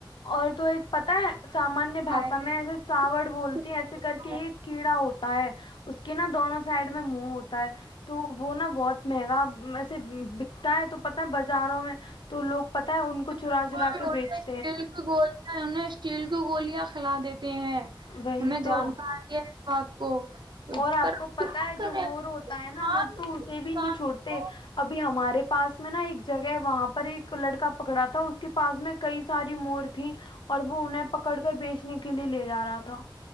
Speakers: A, on the left (about 65°); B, on the right (about 60°).
A: اور تو ایک پتا ہے سامانیہ باشا
B: آرکشت
A: میں ایسے ساوڑ بولتی ہے ایسے
B: رکھا
A: کر
B: ہے
A: کے ہی کیڑا ہوتا ہے اس کے نا دونوں سائڈ میں منہ ہوتا ہے تو وہ نا بہت مہنگا ویسے بکتا ہے تو پتہ ہے بازاروں میں تو لوگ پتا ہے ان کو
B: بالکل
A: چرا چرا کے
B: انہیں
A: بیچ
B: اسٹیل کی گولیا انیں اسٹیل کی گوول کلا دیتے <unintelligible> ہیں
A: وہی
B: ہمیں
A: تو
B: جانکاری بات کو
A: اور آپ
B: پر کیا
A: کو پتا ہے
B: کرے
A: جو مور
B: انسان
A: ہوتا ہے نا لوگ تو اسے
B: انسان
A: بھی نہیں چھوڑتے
B: کو
A: ابھی ہمارے پاس میں نا ایک جگہ ہے وہاں پر ایک لڑکا پکڑا تھا اس کے پاس میں کئی ساری مور تھی اور وہ انہیں پکڑ کر بیچنے کے لیے لے جا رہا تھا